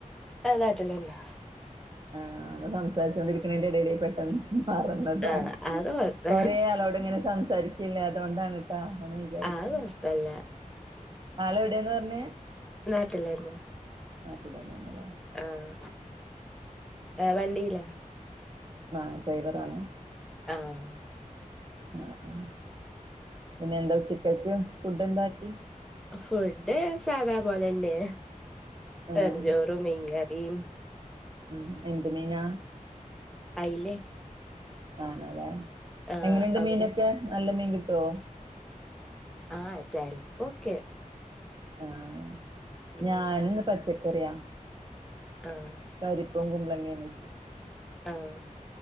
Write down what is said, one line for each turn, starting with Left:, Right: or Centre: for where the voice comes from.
Centre: അ നാട്ടിലന്നെ
Right: ആഹ് ആ ങ്ങള് സംസാരിച്ചുകൊണ്ടിരിക്കണന്റെടേലേ
Centre: ഉം
Right: പെട്ടെന്ന് മാറന്നു <unintelligible>
Centre: ആഹ് അത് കൊഴപ്പ
Right: കൊറേ ആളോടിങ്ങനെ സംസാരിക്ക ഇല്ല അതൊണ്ടാണ്ട്ട്ടാ ഒന്നും വിചാരിക്കണ്ട
Centre: അത് കൊഴപ്പല്ല
Right: ആളെവിടേന്നാറഞ്ഞേ
Centre: നാട്ടിലേന്നെ
Right: നാട്ടിലന്നേണല്ലാ
Centre: ആഹ് ഏ വണ്ടീലാ
Right: ആഹ് ഡ്രൈവറാണ്
Centre: ആഹ്
Right: <unintelligible> പിന്നെന്താ ഉച്ചക്കൽക്ക്‌ ഫുഡ്ന്താക്കി
Centre: ഫുഡ് സാധാ പോലന്നെ
Right: ആഹ്
Centre: വെറും ചോറും മീൻകറിം
Right: ഉം എന്ത് മീനാ
Centre: അയിലെ
Right: ആണോല്ലേ
Centre: ആഹ്
Right: എങ്ങനുണ്ട്
Centre: അവിടെ
Right: മീനൊക്കെ നല്ല മീൻ കിട്ടോ
Centre: ആഹ് ചെൽപ്പൊക്കെ
Right: ആഹ്
Centre: ഉം
Right: ഞാനിന്ന് പച്ചക്കറിയാ
Centre: ആഹ്
Right: പരിപ്പും കുമ്പളങ്ങേ വെച്ചു
Centre: ആഹ്